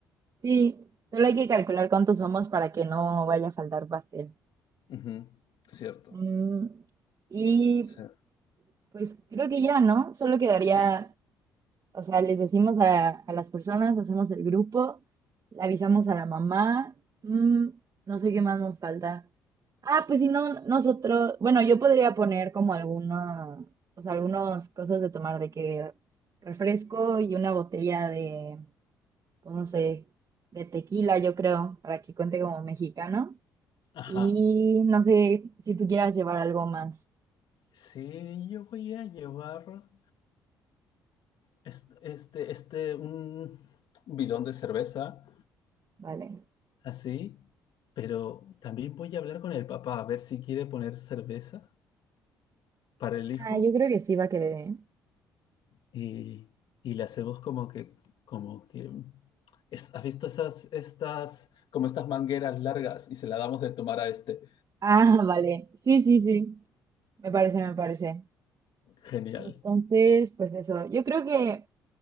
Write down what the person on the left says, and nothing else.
Ujú, Cierto.
O sea,
sí.
Ajá.
Sí, yo voy a llevar. Este, este, este, un bidón de cerveza,
así, pero también voy a hablar con el papá a ver si quiere poner cerveza para el hijo
y, y le hacemos como que, como que, es- ¿has visto esas, estas, como estas mangueras largas y se la damos de tomar a este?
<laughs> Genial.